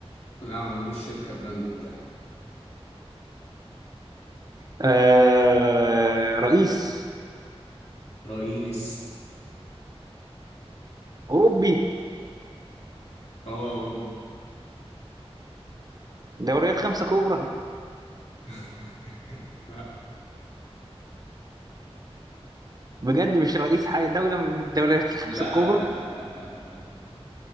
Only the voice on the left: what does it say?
لا ما عندوش شركة براند بتاعه
رئيس
اه اوروبي
<laughs> لا
لا
لا لا لا لا